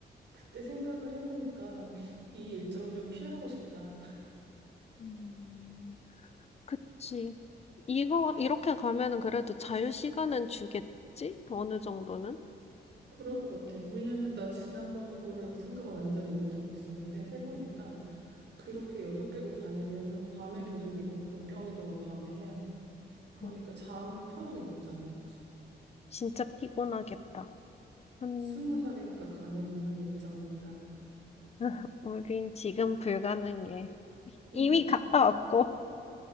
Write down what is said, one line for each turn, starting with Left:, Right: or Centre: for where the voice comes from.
Right: 그때 생각을 해보니까 이 일정이 좀 피하고 싶다.
Left: 음, 그치. 이거, 이렇게 가면은 그래도 자유 시간은 주겠지? 어느 정도는?
Right: 그럴 것 같아. 왜냐면 나 지난번 거를 생각을 완전히 못하고 있었는데 해보니까 그렇게 여섯 개국 다니려면 밤에 계속 이동, 국경 이동을 밤에 해야 돼. 그러니까
Left: 어,
Right: 잠을 편하게 못 자는 거지.
Left: 진짜 피곤하겠다. 음,
Right: 스무 살이니까 가능한 일정이었다.
Left: <laughs> 우린 지금 불가능해.
Right: <laughs>
Left: 이미 갔다 왔고.